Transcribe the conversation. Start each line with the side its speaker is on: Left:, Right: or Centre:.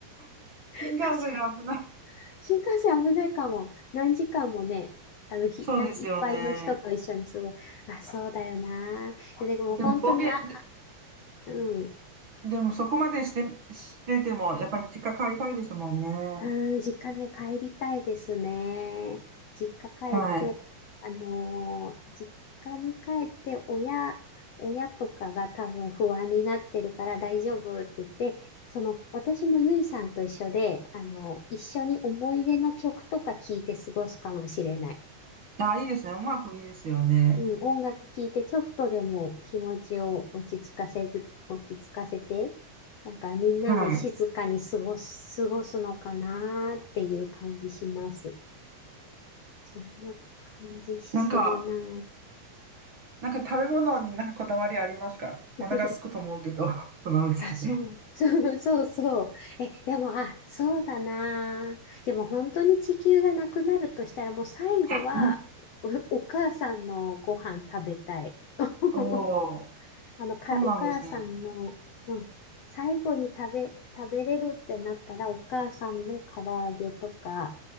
Right: <laughs> 新幹線が危ない。
Left: <laughs> 確かに。新幹線危ないかも。何時間もね、あの、ひ、
Right: そうですよね。
Left: だ、いっぱいの人と一緒にすごい。あ、そうだよな。でも本当に、
Right: でも、暴言、
Left: あ、
Right: で、
Left: あうん。
Right: でもそこまでして、してても、やっぱり結果変わりたいですもんね。
Left: うん、実家ね、帰りたいですね。実家帰って、
Right: はい。
Left: あのー実家に帰って親、親とかが多分不安になってるから大丈夫って言って、その、私もゆいさんと一緒で、あの、一緒に思い出の曲とか聞いて過ごすかもしれない。
Right: あ、いいですね。音楽いいですよね。
Left: うん、音楽聴いてちょっとでも気持ちを落ち着かせる、落ち着かせて、なんかみんなで静かに過ごす、
Right: はい。
Left: 過ごすのかなーっていう感じします。そんな感じするなー
Right: なんか、なんか食べ物になんかこだわりありますかお腹すくと思うけど、
Left: <laughs>
Right: <laughs> そのうち。
Left: あ、そう、<laughs> そうそうそう。え、でも、あ、そうだなあでも本当に地球がなくなるとしたらもう最後は
Right: <laughs>
Left: お、お母さんのご飯食べたい。<laughs>
Right: おお、
Left: あの、か、
Right: そうなんですね。
Left: お母さんの、うん、最後に食べ、食べれるってなったら、お母さんの唐揚げとか、